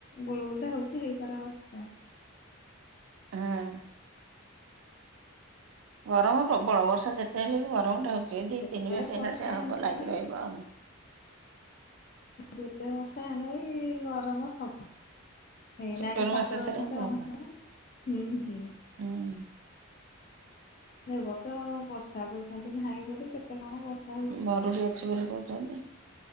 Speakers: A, on the left (about 40°); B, on the right (about 70°).
A: ଗୁଳୁଗୁଳ ଟା ହଉଚି ହେଇପାର ବର୍ଷା।
B: ହଁ। ଗରମ ପ୍ରବଳ ବର୍ଷା ଯେତେ ହେଲେ ବି ଗରମ ଟା ହଉ ଯେ ଦି
A: ଯେତେ
B: ତିନି ମାସ
A: ବର୍ଷା
B: ହେଇନା ସେଆ
A: ହେଲେ
B: ହବ ଲାଗି
A: ବି
B: ରହିବ ଆ।
A: ଯେତେ ବର୍ଷା ହେଲେ ବି ଗରମ ହବ। ଏଇ
B: ସେପ୍ଟେମ୍ବର
A: ନାହିଁ ଠାକୁର
B: ମାସ ଶେଷରେ
A: ଅଛନ୍ତି
B: ଏମିତି
A: ଅଣଶଣରେ
B: ହବ
A: ନା ହୁଁ ହୁଁ।
B: ହୁଁ
A: ଏ ବର୍ଷ ବର୍ଷା କହୁଚନ୍ତି ନାହିଁ ବୋଲି କେତେ କଣ ବର୍ଷା ହଉଚି
B: ମରୁଡି ଅଛି ବୋଲି କହୁଛନ୍ତି।